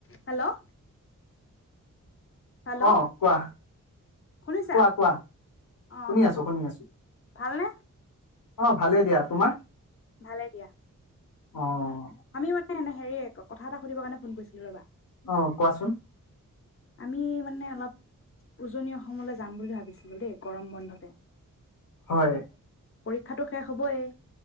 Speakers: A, on the left; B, on the left.
A: Hello hello
B: অ কোৱা
A: শুনিছা
B: কোৱা কোৱা
A: অঁ
B: শুনি আছো শুনি আছো
A: ভালনে
B: অ ভালে দিয়া তোমাৰ
A: ভালে দিয়া
B: অ'
A: আমি মানে এনে হেৰি কথা এটা সুধিব কাৰণে ফোন কৰিছিলো ৰ'বা।
B: অ' কোৱাচোন?
A: আমি মানে অলপ, উজনি অসমলৈ যাম বুলি ভাবিছিলো দেই গৰম বন্ধতে।
B: হয়
A: পৰীক্ষটো শেষ হবইে